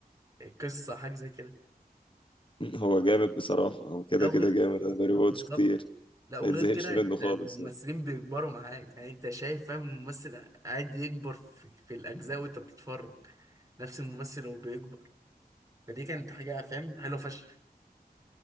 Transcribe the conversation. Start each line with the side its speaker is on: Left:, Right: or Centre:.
Right: قصه حاجه زي كده
Left: <laughs> هو جامد بصراحة هو كده
Right: لا وغير
Left: كده جامد أنا باري
Right: ما
Left: واتش
Right: بالظبط
Left: كتير
Right: لا وغير
Left: ما يتزهقش
Right: كده
Left: منه
Right: أنت
Left: خالص
Right: الممثلين
Left: يعني
Right: بيكبروا معاك يعني انت شايف فاهم الممثل قاعد يكبر في, في الاجزاء وانت بتتفرج نفس الممثل وهو بيكبر فدي كانت حاجه فاهم حلوه فشخ